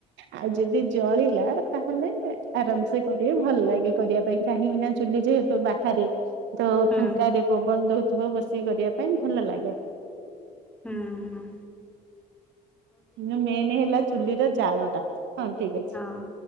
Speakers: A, on the right; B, in the centre.
A: ଆଉ ଯଦି ଜଳିଲା ତାହେଲେ ଆରାମସେ କରିବେ ଭଲ ଲାଗେ କରିବା ପାଇଁ। କାହିଁକିନା ଚୁଲି ଯେହେତୁ ବାହାରେ ତ
B: ହୁଁ
A: ଫାଙ୍କାରେ ପବନ ଦଉଥିବ ବସିକି କରିବା ପାଇଁ ଭଲ ଲାଗେ।
B: ହୁଁଁ, ହଁ।
A: ଯୋଉ ମେନ୍ ହେଲା ଚୁଲିର ଜାଳ ଟା ହଁ ଠିକ ଅଛି।
B: ହଁ।